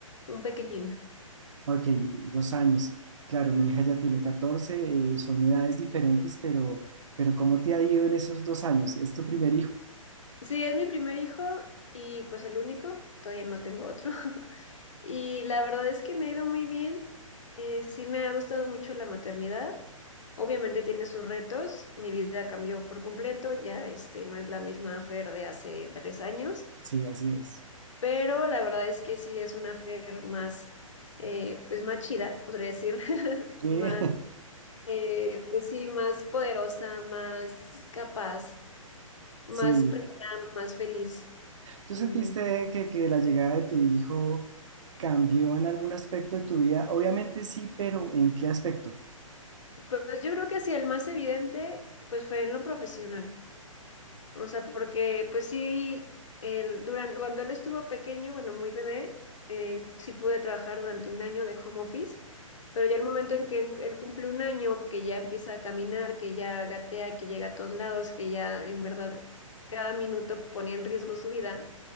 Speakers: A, on the left (about 60°); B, on the right (about 60°).
A: un pequeñín.
B: Ok, dos años. Claro,
A: Mm.
B: mi hija ya tiene 14, eh, son edades diferentes, pero, pero ¿cómo te ha ido en esos dos años? ¿Es tu primer hijo?
A: Sí, es mi primer hijo y pues el único, todavía no tengo otro. <laughs> Y la verdad es que me ha ido muy bien. Eh, sí, me ha gustado mucho la maternidad. Obviamente tiene sus retos, mi vida cambió por completo, ya este, no es la misma Fer de hace tres años.
B: Sí, así es.
A: Pero la verdad es que sí es una fer más, eh, pues más chida, podría decir, <laughs>
B: Sí,
A: más, eh, pues sí, más poderosa, más capaz, más
B: <laughs> sí,
A: plena, más feliz.
B: ¿Tú
A: Eh,
B: sentiste que, que la llegada de tu hijo cambió en algún aspecto de tu vida? Obviamente sí, pero ¿en qué aspecto?
A: pues yo creo que sí, el más evidente, pues fue en lo profesional. O sea, porque pues sí, el, durante, cuando él estuvo pequeño, bueno, muy bebé, eh, sí pude trabajar durante un año de home office, pero ya el momento en que en- él cumple un año, que ya empieza a caminar, que ya gatea, que llega a todos lados, que ya en verdad cada minuto ponía en riesgo su vida,